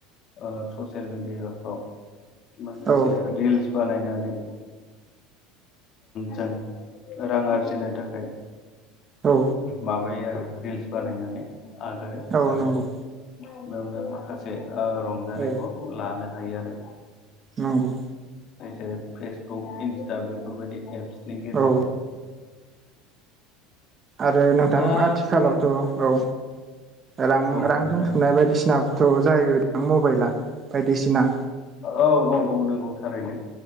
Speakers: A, on the left (about 45°); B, on the right (about 30°).
A: ओ ससियेल मेडियाफ्राव माखासे
B: औ
A: रिल्स बानायनानै जों रां आरजिनो थाखाय
B: औ
A: माबायो आरो रिल्स बानायनानै आगारो
B: औ
A: आरो
B: नंगौ
A: बेयावनो माखासे ओ रंजानायखौ
B: औ
A: लानो हायो आरो
B: नंगौ
A: जेरै फेसबुक इन्स्टा बेफोरबायदि एप्सनि गेजेरजों
B: औ आरो नोंथां
A: दा
B: आथिखालावथ'
A: फम
B: औ रां
A: बुं
B: रां
A: नोंथां
B: दोनथुमनाय बायदिसिनाबोथ' जायो नोंथां मबाइला बायदिसिना
A: औ औ औ नंगौ थारैनो